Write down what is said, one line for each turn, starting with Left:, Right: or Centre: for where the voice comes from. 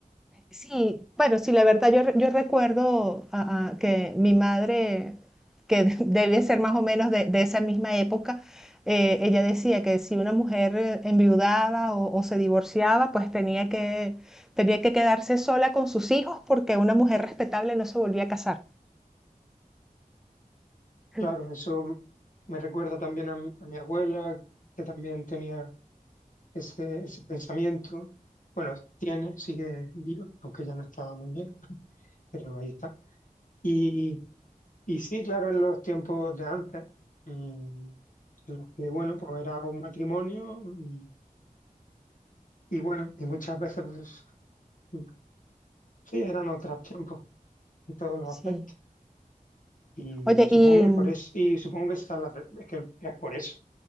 Centre: Sí, bueno, sí, la verdad yo, re- yo recuerdo ah, ah, que mi madre, que de- <laughs> debe ser más o menos de, de esa misma época, eh, ella decía que si una mujer eh, enviudaba o, o se divorciaba, pues tenía que, tenía que quedarse sola con sus hijos porque una mujer respetable no se volvía a casar. <laughs>
Left: Claro, eso me recuerda también a, mi a mi abuela, que también tenía ese, ese pensamiento. Bueno, tiene, sigue vivo, aunque ya no está muy bien, <laughs> pero ahí está. Y, y sí, claro, en los tiempos de antes, mm, en los que, bueno, pues era un matrimonio y, y bueno, y muchas veces, pues mm, sí, eran otros tiempos en todos los
Centre: Sí.
Left: aspectos. Y
Centre: Oye,
Left: supongo
Centre: y
Left: que por eso, y supongo que, esa es la re- que- que es por eso,